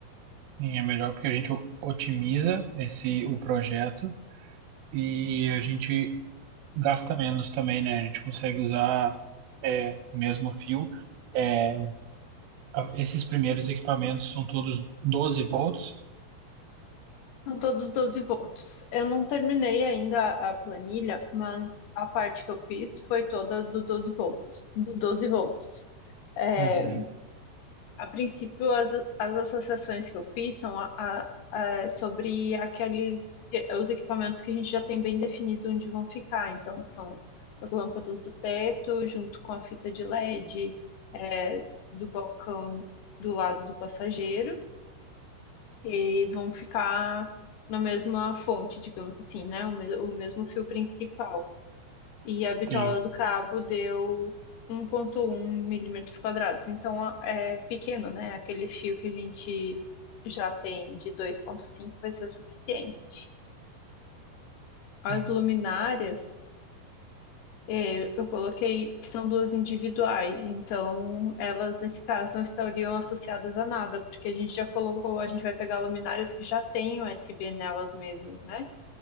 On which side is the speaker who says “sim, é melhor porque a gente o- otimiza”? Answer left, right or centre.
Right